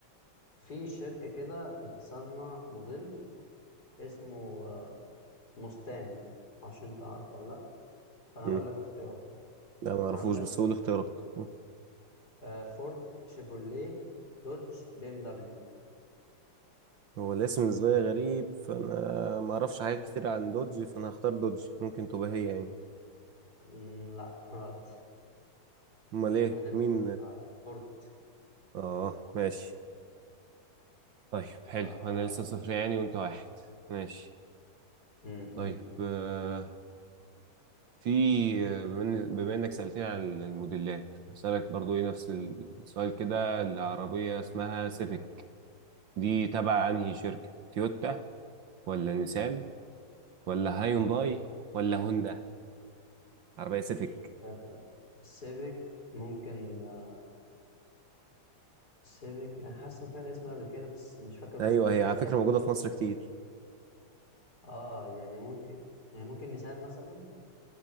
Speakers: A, on the left (about 45°); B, on the right (about 65°).
A: في شركة كده بتصنع موديل اسمه آه مستانج معرفش انت عارفه ولا لا فانا
B: مم.
A: هقول لك اختيارات
B: لا ما اعرفوش
A: عندك
B: بس هو الاختيارات مم.
A: آه، فورد شيفروليه دوج بي ام دبليو
B: هو الاسم بالنسبة لي غريب فانا ما اعرفش حاجات كتير عن دوج فانا هختار دوج ممكن تبقى هي يعني
A: مم، لا <laughs> غلط
B: امال ايه
A: هتبقى
B: مين
A: هتبقى فورد
B: اه ماشي طيب حلو
A: آه،
B: انا لسه صفر يعني وانت واحد ماشي
A: مم،
B: طيب
A: مم،
B: آه، في آه، بما إن- بما انك سألتني عن الموديلات هسألك برضو ايه نفس السؤال كده العربية اسمها
A: مم.
B: سيفيك دي تبع انهي شركة تويوتا ولا نيسان ولا هايونداي
A: مم.
B: ولا هوندا عربية سيفيك
A: آه، السيفيك ممكن آه، السيفيك انا حاسس إن سمعت الاسم قبل كده بس مش فاكر بالظبط
B: ايوه
A: آه،
B: هي على
A: تقريبا
B: فكرة موجودة في مصر كتير
A: اه يعني ممكن يعني ممكن نيسان مثلا